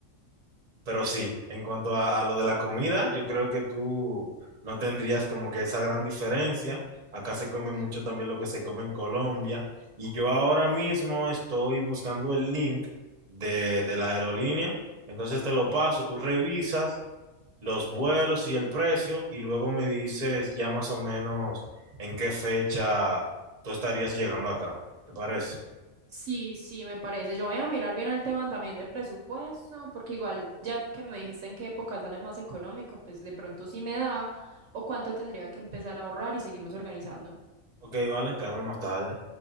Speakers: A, on the right; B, on the right.
A: Pero sí, en cuanto a, a lo de la comida, yo creo que tú no tendrías como que esa gran diferencia. Acá se come mucho también lo que se come en Colombia. Y yo ahora mismo estoy buscando el link de, de la aerolínea. Entonces te lo paso, tú revisas los vuelos y el precio y luego me dices ya más o menos en qué fecha tú estarías llegando acá. ¿Te parece?
B: Sí, sí, me parece. Yo voy a mirar bien el tema también de presupuesto, porque igual ya que me dijiste en qué época sale más económico, pues de pronto sí me da, o cuánto tendría que empezar a ahorrar y seguimos organizando.
A: Ok, vale, te hablo más tarde.